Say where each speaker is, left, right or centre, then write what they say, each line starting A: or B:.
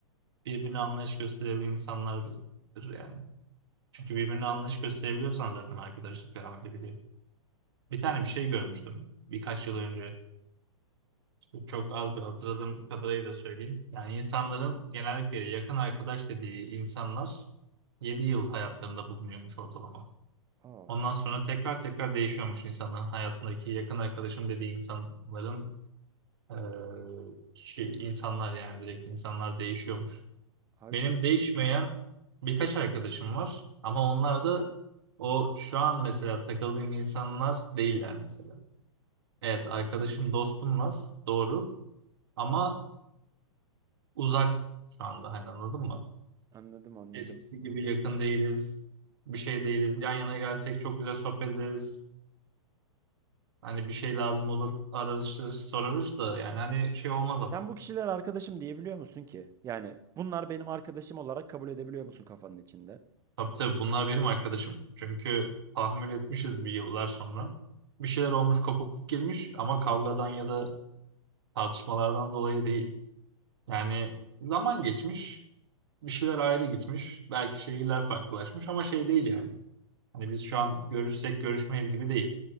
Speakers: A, on the right; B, on the right.
A: birbirine anlayış gösterebilen insanlardır yani. Çünkü birbirine anlayış gösterebiliyorsan zaten arkadaşlık devam edebiliyor. Bir tane bir şey görmüştüm birkaç yıl önce. İşte çok az bir hatırladığım kadarıyla söyleyeyim. Yani insanların genellikle yakın arkadaş dediği insanlar 7 yıl hayatlarında bulunuyormuş ortalama.
B: Aa,
A: Ondan sonra tekrar tekrar değişiyormuş insanların hayatındaki yakın arkadaşım dediği insanların eee, kişi insanlar yani direkt insanlar değişiyormuş.
B: abi
A: Benim değişmeyen Birkaç arkadaşım var ama onlar da o şu an mesela takıldığım insanlar değiller mesela. Evet
B: anladım.
A: arkadaşım dostum var doğru ama uzak şu anda hani anladın mı?
B: Anladım, anladım.
A: Eskisi gibi yakın değiliz bir şey değiliz yan yana gelsek çok güzel sohbet ederiz. Hani bir şey lazım olur ararız sorarız da yani hani şey olmaz ama.
B: Sen bu kişiler arkadaşım diyebiliyor musun ki? Yani bunlar benim arkadaşım olarak kabul edebiliyor musun kafanın içinde?
A: Tabii tabii bunlar benim arkadaşım çünkü tahammül etmişiz bir yıllar sonra. Bir şeyler olmuş kopukluk girmiş ama kavgadan ya da tartışmalardan dolayı değil. Yani zaman geçmiş, bir şeyler ayrı gitmiş, belki şehirler farklılaşmış ama şey değil yani. Hani biz şu an görüşsek görüşmeyiz gibi değil.